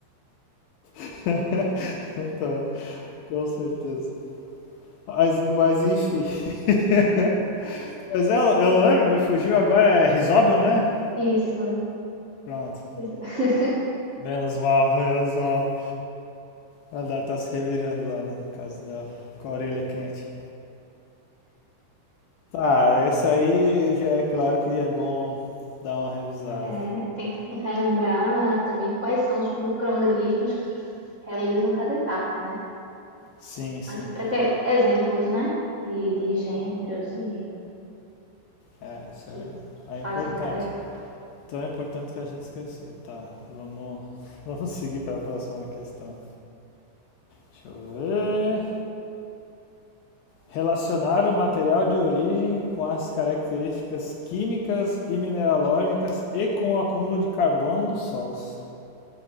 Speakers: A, on the left; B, on the right.
A: <laughs> então, com certeza. Mas, mas enfim. <laughs> Mas eu, eu não lembro, me fugiu agora, é Risobium, né?
B: Isso,
A: Pronto.
B: exato,
A: Menos mal, <laughs> menos mal. Ela tá se revirando lá no caso dela, com a orelha quente. Tá, essa aí já é claro que é bom dar uma revisada.
B: né? Tem que relembrar também quais são os micro-organismos que realizam cada etapa, né?
A: Sim, sim.
B: Assim, para ter exemplos, né? De, de gêneros e
A: É, isso
B: que,
A: é,
B: que
A: é
B: fazem
A: importante.
B: cada etapa.
A: Então é importante que a gente esqueceu. Tá, vamos, <laughs> vamos seguir para a próxima questão. Deixa eu ver. Relacionar o material de origem com as características químicas e mineralógicas e com o acúmulo de carbono nos solos.